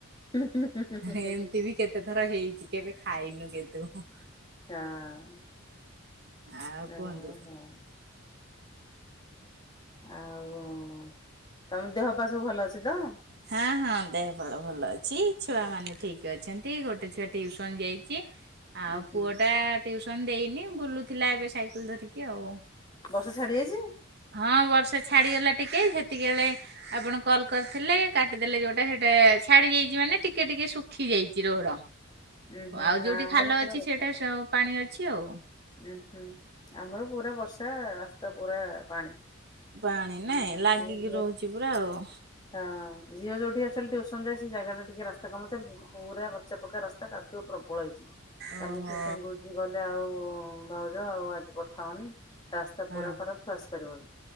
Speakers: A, on the left; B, on the right.
A: ହୁଁ ହୁଁ ହୁଁ
B: ଏମିତି
A: ହୁଁ
B: ବି କେତେ ଥର ହେଇଚି। କେବେ ଖାଇନୁ କିନ୍ତୁ?
A: ହଁ
B: ଆଉ
A: ଉଁ
B: କୁହନ୍ତୁ
A: ହୁଁ। ଆଉ ତମ ଦେହ ପା ସବୁ ଭଲ ଅଛି ତ।
B: ହଁ ହଁ ଦେହ ପା ଭଲ ଅଛି ଛୁଆ ମାନେ ଠିକ ଅଛନ୍ତି ଗୋଟେ ଛୁଆ ଟିଉସନ ଯାଇଚି। ଆଉ
A: ଉୁଁ ହୁଁ
B: ପୁଅ ଟା ଟିଉସନ ଦେଇନି ବୁଲୁଥିଲା ଏବେ ସାଇକେଲ ଧରିକି ଆଉ।
A: ବର୍ଷା ଛାଡିଯାଇଚି।
B: ହଁ ବର୍ଷା ଛାଡିଗଲା ଟିକେ ସେତିକି ବେଳେ ଆପଣ କଲ୍ କରିଥିଲେ କାଟିଦେଲେ ଯୋଉଟା ସେଟା ଛାଡି ଯାଇଛି ମାନେ ଟିକେ ଟିକେ ଶୁ ସୁଖି ଯାଇଛି ରୋଡ
A: ଉୁଁ ହୁଁ
B: ଆଉ
A: ନା
B: ଯୋଉଠି
A: ଆମର
B: ଖାଲ
A: ପୁରା
B: ଅଛି
A: ବର୍ଷା
B: ସେଇଟା ପାଣି ଅଛି ଆଉ।
A: ଉୁଁ ହୁଁ ଆମର ପୁରା ବର୍ଷା ରାସ୍ତା ପୁରା ପାଣି।।
B: ପାଣି
A: ହୁଁ
B: ନାଇଁ ଲାଗିକି
A: ଆଜି ଝିଅ
B: ରହୁଛି ପୁରା ଆଉ।
A: ହଁ ଝିଅ ଯୋଉଠି ଅଛନ୍ତି ଟ୍ଯୁସନ୍ ସେ ଜାଗା ଟା ଟିକେ ରାସ୍ କାମ ଚାଲିଛି ପୁରା କଚା ପକା ରାସ୍ତା କାଦୁଅ ପ୍ରବଳ ହେଇଛି
B: ଓହୋ
A: କାଲି ଟ୍ୟୁସନ ଗଲେ ଆଉ ଭାଉଜ ଆଉ ଆଜି ପଠାଅନି ରାସ୍ତା
B: ହଁ।
A: ପୁରା ଖରାପ ସେ ଆସି ପାରିବନି।